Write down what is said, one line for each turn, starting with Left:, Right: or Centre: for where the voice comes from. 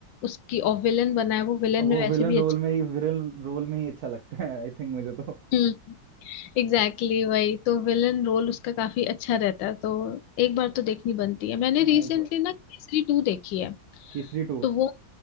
Left: उसकी और विलन बना है वो विलन
Right: वो
Left: में वैसे
Right: विलन
Left: भी
Right: रोल
Left: अच्छा
Right: में ही विलन रोल में ही अच्छा लगता है आई थिंक मुझे तो
Left: हम्म एग्जैक्टली exactly, वही तो विलन रोल उसका काफी अच्छा रहता है तो एक बार तो देखनी बनती है मैंने
Right: हाँ
Left: रिसेंटली
Right: एक बार
Left: ना केसरी टू देखी है
Right: केसरी टू
Left: तो वो